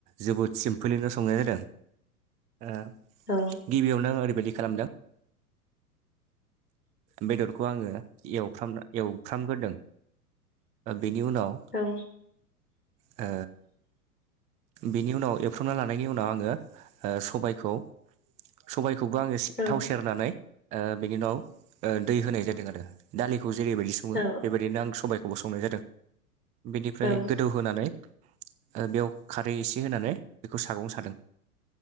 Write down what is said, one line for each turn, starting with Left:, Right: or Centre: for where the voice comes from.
Right: जोबोद सिम्पलिनो संनाय जादों ओ
Left: औ।
Right: गिबियावनो आं ओरैबायदि खालामदों बेदरखौ आङो एवफ्राम एवफ्रामग्रोदों बेनि उनाव
Left: औ।
Right: ओ बेनि उनाव एवफ्रमना लानायनि उनाव आङो ओ- सबायखौ सबायखौबो आङो
Left: औ
Right: थाव सेरनानै ओ- बेनि उनाव दै होनाय जादों आरो दालिखौ जेरैबायदि सङो
Left: औ
Right: बेबायदिनो आं सबायखौ खौ ब संनाय जादों बेनिफ्राय
Left: औ
Right: गोदौहानै बेयाव खारै एसे होनानै बेखौ सागं सादों